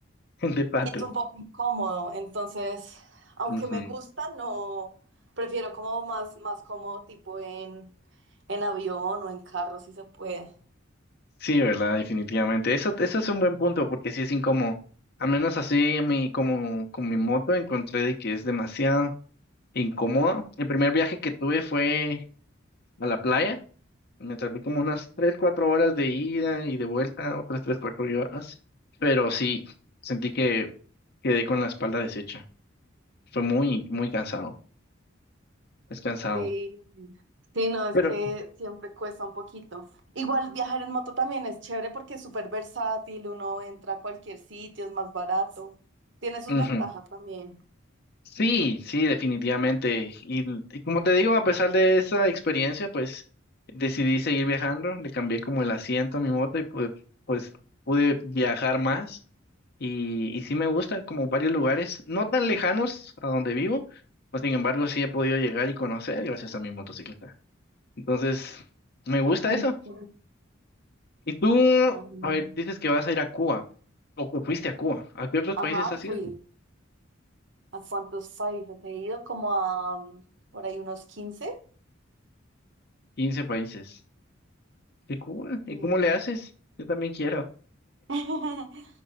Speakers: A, on the left; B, on the right.
A: <laughs> de pato.
B: Y es un poco incómodo, entonces, aunque
A: Ujú.
B: me gusta, no, prefiero como más, más cómodo, tipo en, en avión o en carro, si se puede.
A: Sí, ¿verdad? Definitivamente. Eso, eso es un buen punto porque sí es incómodo. Al menos así mi, como con mi moto encontré de que es demasiado incómoda. El primer viaje que tuve fue a la playa. Me tardé como unas 3 4 horas de ida y de vuelta, otras 3 4 horas. Pero sí, sentí que quedé con la espalda deshecha. Fue muy, muy cansado. Es cansado.
B: Sí. Sí, no, es
A: Pero
B: que siempre cuesta un poquito. Igual viajar en moto también es chévere porque es súper versátil, uno entra a cualquier sitio, es más barato. Tiene sus
A: ujú,
B: ventajas también.
A: sí, sí, definitivamente. Y, y como te digo, a pesar de esa experiencia, pues decidí seguir viajando. Le cambié como el asiento a mi moto y pude, pues pude viajar más. Y, y sí me gustan como varios lugares, no tan lejanos a donde vivo, pues sin embargo sí he podido llegar y conocer gracias a mi motocicleta. Entonces, me gusta
B: Ok.
A: eso. Y tú,
B: Am,
A: a ver, dices que vas a ir a Cuba, o que fuiste a Cuba. ¿A qué otros
B: ajá,
A: países has ido?
B: fui. ¿A cuántos países he ido? Como a mm, por ahí unos quince.
A: quince países. ¿Qué cool ¿Y
B: Sí.
A: cómo le haces? Yo también quiero.
B: <laughs>